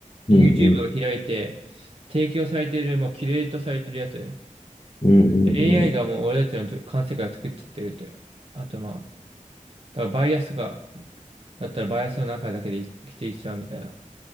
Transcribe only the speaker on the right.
YouTube
を開いて、提供されている、もうキュレートされてるやつ。
AI がもう俺たちのじょ感世界を作っちゃってるっていう。あとまあ、だからバイアスとか、だったらバイアスの中だけで生きていっちゃうみたいな。